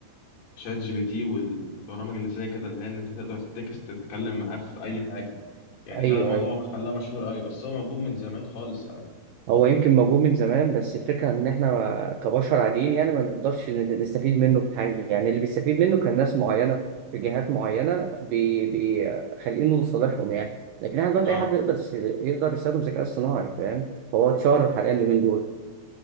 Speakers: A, on the left; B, on the right.
A: شات جي بي تي والبرامج اللي زي كده اللي هي ان انت تقدر تكست تتكلم معاه في اي حاجه يعني
B: ايوه
A: ده موضوع
B: ايوه
A: خلاه مشهور قوي بس هو موجود من زمان خالص يعني
B: هو يمكن موجود من زمان بس الفكرة إن إحنا كبشر عاديين يعني ما نقدرش نستفيد منه بحاجة يعني اللي بيستفيد منه كان ناس معينة في جهات معينة بي- بيخلقينه لصالحهم يعني لكن إحنا دلوقتي
A: اه
B: أي حد يقدر يس- يقدر يستخدم الذكاء الصناعي فاهم هو اتشهر حاليا اليومين دول